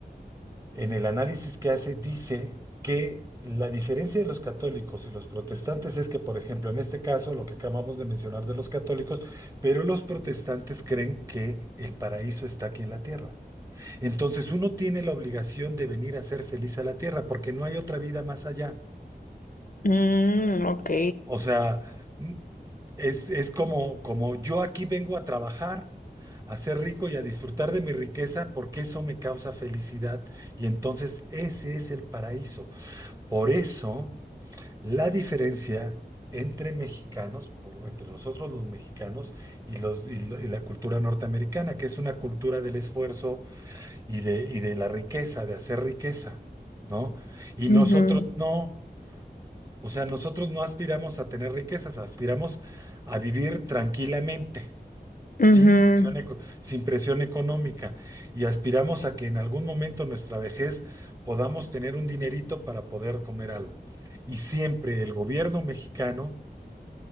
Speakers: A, on the right; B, on the left.
A: en el análisis que hace, dice que la diferencia de los católicos y los protestantes es que, por ejemplo, en este caso, lo que acabamos de mencionar de los católicos, pero los protestantes creen que el paraíso está aquí en la tierra. Entonces uno tiene la obligación de venir a ser feliz a la tierra porque no hay otra vida más allá.
B: Mm, ok.
A: O sea, mm, es, es como, como yo aquí vengo a trabajar, a ser rico y a disfrutar de mi riqueza porque eso me causa felicidad y entonces ese es el paraíso. Por eso, la diferencia entre mexicanos, por- entre nosotros los mexicanos y, los, y lo- y la cultura norteamericana, que es una cultura del esfuerzo y de, y de la riqueza, de hacer riqueza, ¿no? Y
B: Ujú,
A: nosotros no, o sea, nosotros no aspiramos a tener riquezas, aspiramos a vivir tranquilamente
B: ujú.
A: sin presión, eco- sin presión económica y aspiramos a que en algún momento nuestra vejez podamos tener un dinerito para poder comer algo. Y siempre el gobierno mexicano